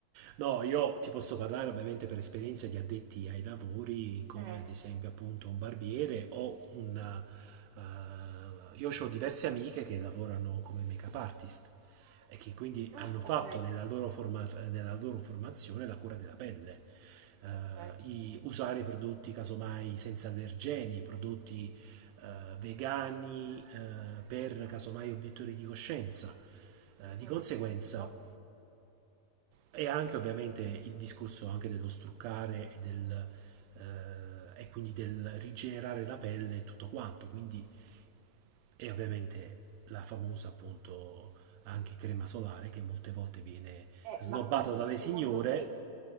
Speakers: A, on the right (about 85°); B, on the right (about 70°).
A: No, io ti posso parlare ovviamente per esperienza di addetti ai lavori, come
B: Eh,
A: ad esempio appunto un barbiere o un... eh, io ho diverse amiche che lavorano come make-up artist e che quindi
B: ah,
A: hanno fatto
B: ok,
A: nella loro, forma- nella loro formazione la cura della pelle. Eh,
B: ok,
A: i- usare prodotti casomai senza allergeni, prodotti eh, vegani eh, per casomai obiettori di coscienza. Eh,
B: Poi,
A: di conseguenza,
B: capito?
A: e anche ovviamente il discorso anche dello struccare e, del, eh, e quindi del rigenerare la pelle e tutto quanto. Quindi, e ovviamente la famosa appunto anche crema solare che molte volte viene
B: Eh,
A: snobbata
B: ma quindi
A: dalle
B: secondo
A: signore.
B: te,